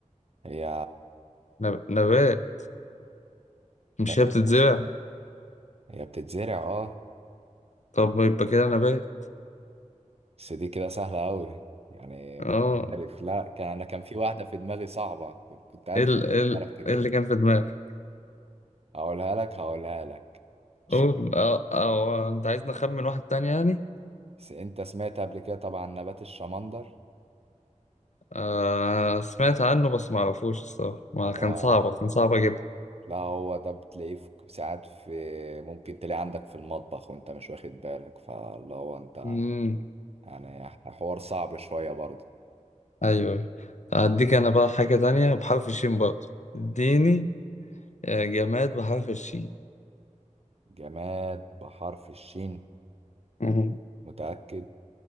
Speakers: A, on the right; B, on the left.
A: هي
B: نب- نبات مش
A: ماشي
B: هي بتتزرع
A: بس هي بتتزرع اه
B: طب يبقى كده نبات
A: بس دي كده سهلة أوي يعني
B: اه
A: مش عارف لا كان أنا كان في واحدة في دماغي صعبة كنت كنت عارف
B: ايه ال-
A: إنك
B: ايه ال-
A: هتعرف تجيبها
B: إيه اللي كان في دماغك
A: هقولها لك هقولها لك الشمندر
B: قول اه او انت عايزني اخمن واحد تاني يعني
A: بس أنت سمعت قبل كده طبعا نبات الشمندر
B: آه سمعت عنه بس ما اعرفوش الصراحة ما
A: هو
B: كان صعب كان صعب اجيب
A: لا هو ده بتلاقيه في ساعات في ممكن تلاقيه عندك في المطبخ وأنت مش واخد بالك فاللي هو أنت
B: امم
A: يعني حوار صعب شوية برضه
B: ايوه أيوة. اديك انا بقى حاجة تانية بحرف الشين برضه اديني آه، جماد بحرف الشين
A: جماد بحرف الشين
B: مهم.
A: متأكد